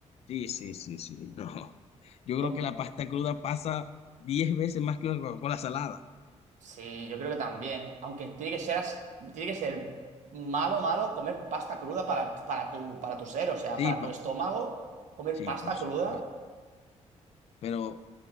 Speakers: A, on the left; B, on the right.
A: Sí, sí, sí, sí, <laughs> no. Yo creo
B: Hom-
A: que la pasta cruda pasa 10 veces más que una Coca-Cola salada.
B: Sí, yo creo que también, ¿eh? Aunque tiene que ser, as- tiene que ser malo, malo comer pasta cruda para, para tu, para tu ser, o sea,
A: Sí,
B: para
A: pa-
B: tu estómago, comer
A: sí,
B: pasta
A: por supuesto.
B: cruda.
A: Pero